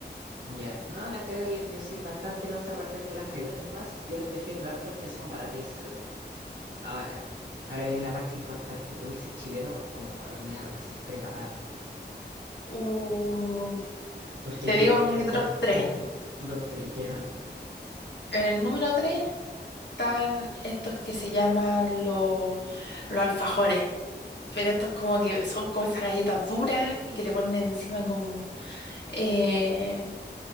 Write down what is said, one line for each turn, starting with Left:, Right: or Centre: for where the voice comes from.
Right: Ya, no, las creo, yo, yo soy bastante neutra respecto a las creo. En base, yo las defiendo harto porque son baratas y salvan. Ahora, ahora viene la parte importante, dulce chileno como horneado, así, preparado.
Left: Uh,
Right: Porque
Left: te
Right: aquí
Left: digo
Right: hay
Left: mi
Right: harta.
Left: top 3.
Right: Ujú. Tu top 3, ya,
Left: En el número 3 están estos que se llaman los, los alfajores. Pero estos como que son como esas galletas duras y que le ponen encima como eh,